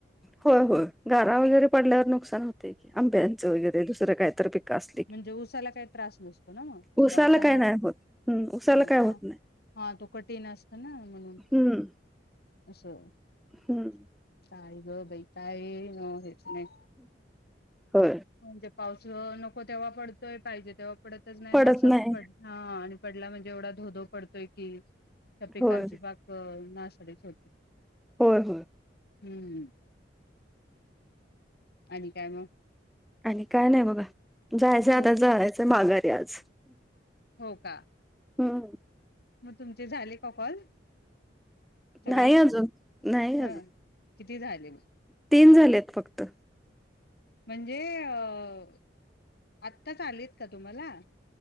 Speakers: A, in the centre; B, on the left.
A: होय हो गारा वगैरे पडल्यावर नुकसान होत की आंब्यांचं वगैरे दुसरं काहीत पिक अस
B: म्हणजे ऊसाला काही त्रास नसतो ना मग
A: उसाला
B: का ऊसांना
A: काय नाही होत हम्म उसाला
B: हो
A: काय
B: ना
A: होत नाही
B: हा तू कठीण असत ना म्हणून
A: हम्म
B: असच्ा
A: हम्म
B: ताळी ग बैताय न हेेत नाहीय
A: हो
B: म्हणजे पाऊस नको तेव्हा पडतोय पाहिजे तेव्हा पडतच नाही
A: पडत
B: ना असा
A: नाही
B: पड हा आणि पडला म्हणजे एवढा धोधो पडतोय की त्या पिकांची
A: होय
B: बाक नासरीच होते
A: हो हो
B: हम्म आणि काय मग
A: आणि काय नाही बघा जायचं
B: हो
A: आता जायचंय माघारी आज
B: हो का
A: हम्म
B: मग तुमचे झाले का कॉल सगळे
A: नाही अजून नाही
B: ह
A: अजून
B: किती झाले मग
A: तीन झालेत फक्त.
B: म्हणजे अ आत्ताच आलेत का तुम्हाला.